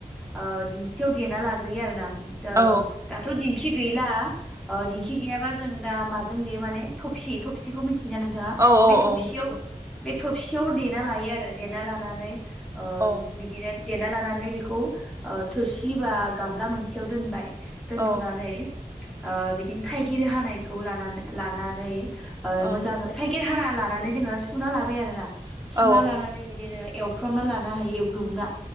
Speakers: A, in the centre; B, on the right (about 20°).
A: ओ दिंखियाव देना लाग्रोयो आरोना अ
B: औ
A: दाथ' दिंखि गैला औ दिंखि गैयाबा जों दा माजों देयो माने थबसि थबसिखौ मिथि थियोना नोंथाङा
B: औ औ
A: बे थबसियाव
B: औ मिथिगौ
A: बे थबसियाव देना लायो आरो देना लानानै ओ
B: औ
A: बिदिनो देना लानानै बेखौ ओ थोरसि बा गामला मोनसेयाव दोनबाय दोनथ'नानै
B: औ
A: ओ बिदिनो थाइगिर हानायखौ लाना-लानानै ओ
B: औ
A: मोजाङै थाइगिर हारा लानानै जोङो सुना लाबाय आरोना
B: औ
A: सुना लानानै बिदिनो एवफ्रामना लानो हायो एवब्रुबना